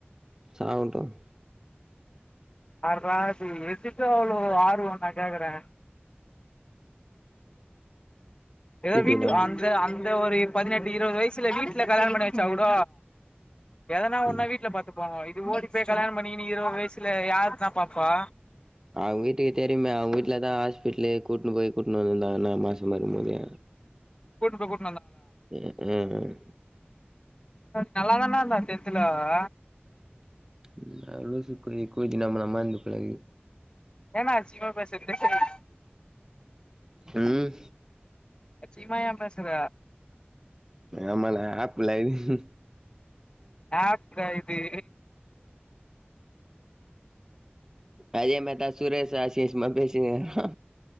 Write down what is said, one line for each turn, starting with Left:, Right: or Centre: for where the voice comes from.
Right: சாவுண்டும்
Left: ஆர்ரா நீ வச்சுட்டு அவ்வளவு ஆர்வ நா கேக்குறே ஏதோ
Right: பூஜ்ஜியம்
Left: வீட்
Right: நம்
Left: அந்த அந் இந்த ஒரு பதினெட்டு இருவது வயசுல வீட்டுல கல்யான பண்ணி வச்சா கூட எதனா ஒன்னா
Right: ம்
Left: வீட்டுல பாத்துக்கு வாங்க இது ஓடி போய் கல்யாண பண்ணிகின்னு இருவது வயசுல யார்த பா பா
Right: அவங்க வீட்டுக்கு தெரியுமே அவங்க வீட்டுலதா ஹாஸ்பிடல் கூட்டுனு போய் கூட்டுனு வந்துருந்தாங்க என்ன மாசமா இருக்கு போது
Left: கூட்டுனு போ
Right: உம் உம்
Left: நல்லாதானே இருந்தா டென்த்துலே அவ
Right: இல்லே லூசு கூதி கூதி நம்மல மாரி இருந்து பழகு
Left: ஏன்டா அசிங்கம பேசற <unintelligible>
Right: உம்
Left: அசிங்கம ஏன் பேசுற
Right: ஆமால்ல ஆப்லே இது
Left: ஆப் டா இது
Right: அதே மாரிதா சுரேஷ் அசிங்க அசிங்கம பேசிட்டுருந்தா